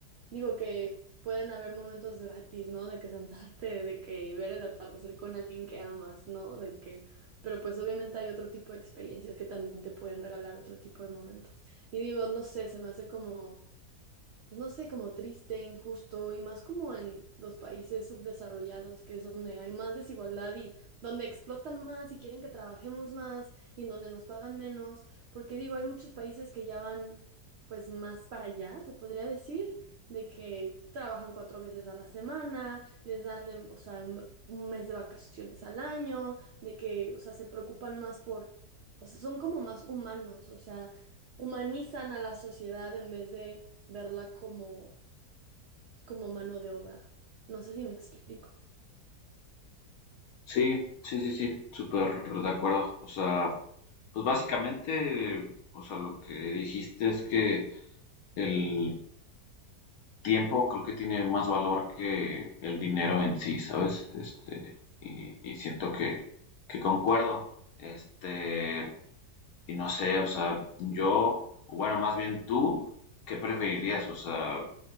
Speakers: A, on the right (about 70°); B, on the left (about 70°).
A: Digo que pueden haber momentos gratis, ¿no? De que <laughs> sentarte, de que ver el atardecer con alguien que amas, ¿no? De que, pero pues obviamente hay otro tipo de experiencias que también te pueden regalar otro tipo de momentos. Y digo, no sé, se me hace como pues no sé, como triste, injusto y más como en los países subdesarrollados, que es donde hay más desigualdad y donde explotan más y quieren que trabajemos más y en donde nos pagan menos, porque digo, hay muchos países que ya van pues más para allá, se podría decir, de que trabajan cuatro veces a la semana, les dan, em, o sea, em, un mes de vacaciones al año, de que, o sea, se preocupan más por... O sea, son como más humanos, o sea, humanizan a la sociedad en vez de verla como, como mano de obra. No sé si me explico.
B: Sí, sí, sí, sí, súper de acuerdo. O sea, pues básicamente, o sea, lo que dijiste es que el tiempo creo que tiene más valor que el dinero en sí, ¿sabes? Este, y, y siento que, que concuerdo. Este, y no sé, o sea, yo, o bueno, más bien tú, ¿qué preferirías? O sea,